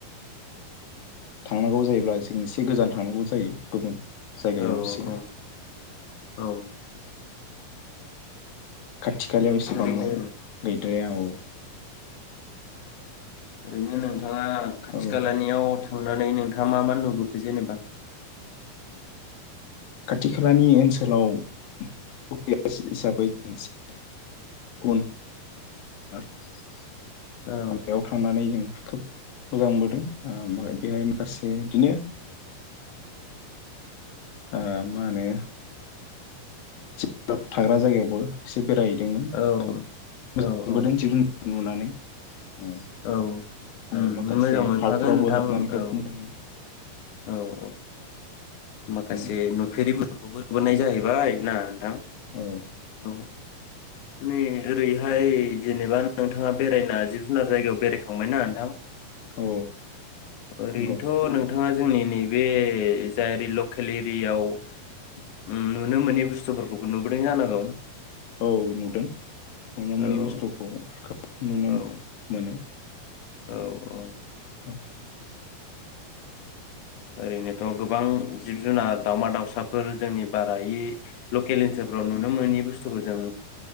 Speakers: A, on the left; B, on the left.
A: थांनांगौ जायोब्ला जों एसे गोजान थांनांगौ जायो गुबुन जायगायाव
B: औ
A: एसे
B: औ औ।
A: खाथि खालायाव एसेबांआव
B: ओरैनो
A: गैद्राया औ।
B: ओरैनो नों थाङा खाथि
A: औ
B: खालानियाव थां नानै नोंथाङा मा मा नुबोखो जेनेबा?
A: खाथि खालानि ओनसो लाव <unintelligible> हिसाबै <unintelligible> गन <unintelligible>
B: औ
A: याव थांनानै जों खोब मोजां मोनबोदों ओ बेहाय माखासे बिदिनो ओ माने <unintelligible> थाग्रा जायगायावबो एसे बेरायहैदोंमोन
B: औ
A: खोब मोजां
B: औ औ
A: मोनबोदों नुनानै औ
B: औ
A: आरो
B: ओम
A: माखासे
B: मोजां मोनखागोन
A: पार्कफोरावबो
B: नोंथां
A: हाबनानै
B: औ।
A: खोब मोजां मोनदों
B: औ औ। माखासे
A: औ
B: नुफेरि बुस्थुफोरखौबो नुबोनाय जाहैबाय ना नोंथां
A: औ।
B: औ नै ओरैहाय जेनेबा नोंथाङा बेरायना जिब जुनार जायगायाव बेरायखांबायना नोंथां?
A: औ
B: ओरैनोथ'
A: नंगौ।
B: नोंथाङा जोंनि नैबे जायरि लकेल एरियायाव उम नुनो मोनै बुस्थुफोरखौबो नुबोदों जानांगौ।
A: औ नुदों नुनो
B: औ
A: मोनै बुस्थुखौ खोब नुनो
B: औ
A: मोनो।
B: औ औ।
A: <inaudible>
B: ओरैनोथ' गोबां जिब जुनार दाउमा-दाउसाफोर जोंनि बारा इ लकेल ओनसोलफ्राव नुनो मोनै बुस्थुखौ जों